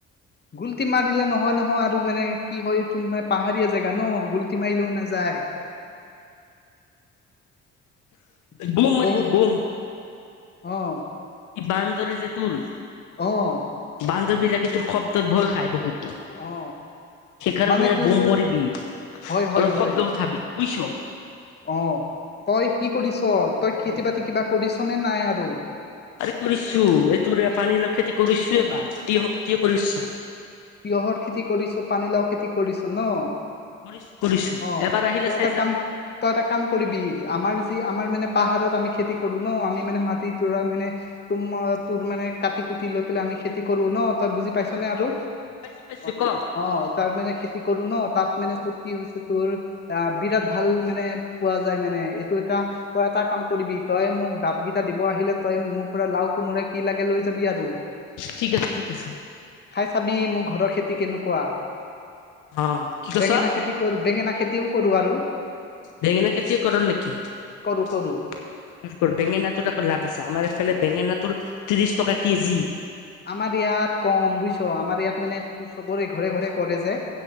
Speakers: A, on the left; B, on the left.
A: গুলটি মাৰ দিলে নহয় নহয় আৰু মানে কি হয় তো মানে পাহাৰীয়া জেগা ন গুলটি মাৰিলেও নেযায়। <inaudible>
B: বম মাৰিবি
A: বহুত
B: বম
A: অ
B: ই বান্দৰে যে তোৰ
A: অ
B: বান্দৰ বিলাকে তোৰ শব্দত ভয় খায় বহুত
A: অ
B: সেইকাৰণে
A: মানে তোৰ
B: বোম বৰিবি অলপ
A: হয় হয় হয়
B: শব্দ উঠাবি বুইছ
A: অ তই কি কৰিছ তই খেতি-বাতি কিবা কৰিছ নে নাই আৰু
B: আৰে কৰিছো এইটোৰে
A: কি
B: পানী লাও খেতি কৰিছো এবাৰ তিয়হ খেতিয়ে কৰিছো।
A: তিয়ঁহৰ খেতি কৰিছ, পানীলাও খেতি কৰিছ ন
B: কৰিছো কৰিছো
A: অ
B: এবাৰ আহিলে
A: তই এটা
B: চাই যাবি
A: কাম তই এটা কাম কৰিবি আমাৰ যি আমাৰ মানে পাহাৰত আমি খেতি কৰো ন আমি মানে মাটি দৰা মানে তো ম তোৰ মানে কাটি কুটি লৈ পেলাই আমি খেতি কৰো ন তই বুজি পাইছ নে আৰু
B: অ পাইছো পাইছো
A: অ
B: ক
A: অ তাৰ মানে খেতি কৰো ন তাত মানে তোৰ কি হৈছে তোৰ আহ বিৰাট ভাল মানে পোৱা যায় মানে এইটো এটা পৰা এটা কাম কৰিবি তই মোক ডাপকেইটা দিব আহিলে তই মোৰ পৰা লাও, কোমোৰা কি লাগে লৈ যাবি আৰু।
B: ঠিক আছে ঠিক আছে।
A: খাই চাবি মোৰ ঘৰৰ খেতি কেনেকুৱা
B: অ কি কৈছ
A: বেঙেনা খেতি কৰো বেঙেনা খেতিও কৰো আৰু।
B: বেঙেনা খেতিও কৰ নেকি ইফ
A: কৰো কৰো
B: কৰ বেঙেনাটোৰ আকৌ লাভ আছে আমাৰ এইফালে বেঙেনাটোৰ ত্ৰিশ টকা কেজি
A: আমাৰ ইয়াত কম বুইছ আমাৰ ইয়াত মানে চবৰে ঘৰে ঘৰে কৰে যে